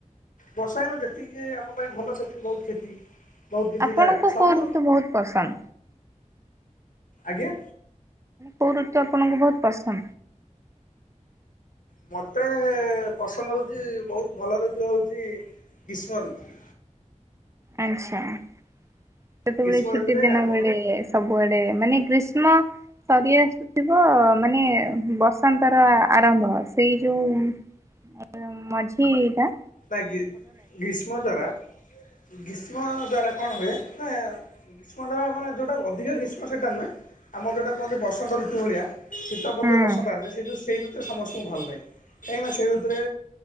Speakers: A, on the left (about 90°); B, on the right (about 20°).
A: ଗସାଇ ସେତିକି ଆମ ପାଇଁ ଭଲ ସେତିକି ବହୁତ କ୍ଷତି ବହୁତ କିଛି
B: ଆପଣଙ୍କୁ
A: ଜାକି ସବୁ
B: କୋଉ ଋତୁ ବହୁତ ପସନ୍ଦ
A: ଆଜ୍ଞା।
B: କୋଉ ଋତୁ ଆପଣଙ୍କୁ ବହୁତ ପସନ୍ଦ?
A: ମୋତେ-ଏ-ଏ-ଏ ପସନ୍ଦ ହେଉଛି ବହୁତ ଭଲ ଋତୁ ହେଉଛି ଗ୍ରୀଷ୍ମ ଋତୁ।
B: ଆଛା ସେତବେଳେ
A: ଗ୍ରୀଷ୍ମ
B: ଛୁଟି
A: ଋତୁରେ
B: ଦିନବେଳେ
A: ଆମର
B: <unintelligible> ସବୁଆଡେ ମାନେ ଗ୍ରୀଷ୍ମ ସରି ଆସ ଥିବ ମାନେ ବସନ୍ତର ଆରମ୍ଭ ସେଇ ଯୋଉ-ଉ-ଉ ଉ-ଉ ମଝି-ଇ-ଇ-ଇ ଟା।
A: ନା ଗି ଗୀଷ୍ମ ଦ୍ୱାରା ଗୀଷ୍ମ ଦ୍ଵାରା କଣ ହୁଏ ନା ଗ୍ରୀଷ୍ମ ଦେବା ମାନେ ଯେଉଁଟା ଅଧିକ ଗ୍ରୀଷ୍ମ ସେଟା ନୁହେଁ ଆମ ଯେଉଁଟା କୁହନ୍ତି ବସନ୍ତ ଋତୁ ଭଳିଆ ଶୀତ ପରେ
B: ହୁଁ।
A: ଯୋଉ ବସନ୍ତ ଆସେ ସେ ଯଉ ସେଇ ଋତୁ ସମ ସ୍ତକୁ ଭଲ ଲାଗେ କାଇଁକି ନା ସେ ଋତୁ ରେ